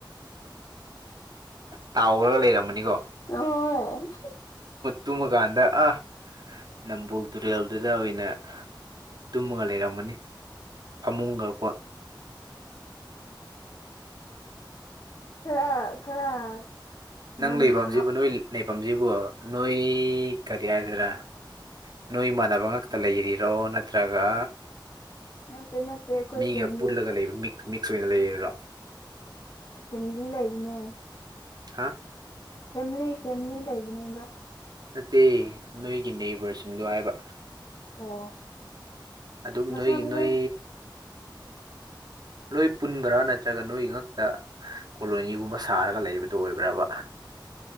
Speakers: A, on the right; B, on the left.
A: ꯇꯥꯎꯔꯒ ꯂꯩꯔꯝꯃꯅꯤꯀꯣ
B: ꯍꯣꯏ
A: ꯇꯨꯝꯃꯀꯥꯟꯗ ꯑ ꯅꯝꯕꯨꯣꯜ ꯇꯨꯔꯦꯜꯗꯨꯗ ꯑꯣꯏꯅ ꯇꯨꯝꯃꯒ ꯂꯩꯔꯝꯃꯅꯤ ꯐꯃꯨꯡꯒ ꯀꯣ
B: ꯈꯔ ꯈꯔ
A: ꯅꯪ
B: ꯉꯟꯅ
A: ꯂꯩꯐꯝꯁꯤꯕ ꯅꯣꯏ ꯂꯩꯐꯝꯁꯤꯕꯣ ꯅꯣꯏ ꯀꯔꯤ ꯍꯥꯏꯁꯤꯔꯥ ꯅꯣꯏ ꯏꯃꯥꯟꯅꯕ ꯉꯛꯇ ꯂꯩꯔꯤꯔꯣ ꯅꯠꯇ꯭ꯔꯒ
B: ꯅꯠꯇꯦ ꯅꯠꯇꯦ ꯑꯩꯈꯣꯏ
A: ꯃꯤꯒ
B: ꯐꯦꯃꯤꯂꯤ
A: ꯄꯨꯜꯂꯒ ꯂꯩꯕ ꯃꯤ ꯃꯤꯛꯁ ꯑꯣꯏꯅ ꯂꯩꯔꯔꯣ
B: ꯐꯦꯃꯤꯂꯤ ꯂꯩꯕꯅꯦ
A: ꯍꯥꯥ
B: ꯐꯦꯝꯂꯤ ꯐꯦꯃꯤꯂꯤ ꯂꯩꯕꯅꯦꯕ
A: ꯅꯠꯇꯦ ꯅꯣꯏꯒꯤ ꯅꯕꯔꯁꯤꯡꯗꯣ ꯍꯥꯏꯕ
B: ꯑꯣ ꯑꯣ
A: ꯑꯗꯨꯝ
B: ꯃꯁꯥ
A: ꯅꯣꯏ
B: ꯃꯁꯥ
A: ꯅꯣꯏ ꯂꯣꯏ ꯄꯨꯟꯕ꯭ꯔꯥ ꯅꯠꯇ꯭ꯔꯒ ꯅꯣꯏ ꯉꯛꯇ ꯀꯣꯂꯣꯅꯤꯒꯨꯝꯕ ꯁꯥꯔꯒ ꯂꯩꯕꯗꯨꯣ ꯑꯣꯏꯕ꯭ꯔꯕ